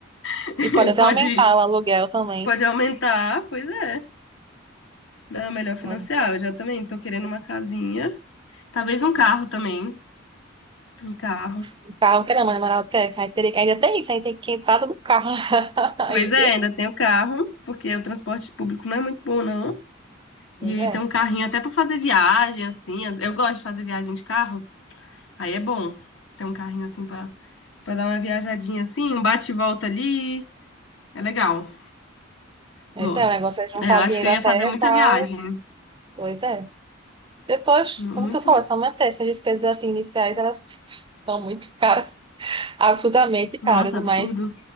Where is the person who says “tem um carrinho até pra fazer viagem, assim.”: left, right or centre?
Left